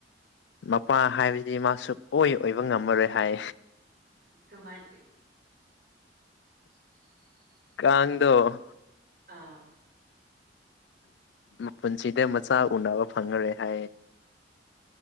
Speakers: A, on the left (about 70°); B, on the right (about 55°).
A: ꯃꯄꯥ ꯍꯥꯏꯕ ꯁꯤ ꯃꯥ ꯁꯨꯛꯑꯣꯏ ꯑꯣꯏꯕ ꯉꯝꯃꯔꯣꯏ ꯍꯥꯏ꯫
B: ꯀꯃꯥꯏ꯫ <inaudible>
A: ꯀꯥꯡꯗꯣ
B: ꯑꯥ꯫
A: ꯃꯄꯨꯟꯁꯤꯗ ꯃꯆꯥ ꯎꯅꯕ ꯐꯪꯉꯔꯣꯏ ꯍꯥꯏꯌꯦ꯫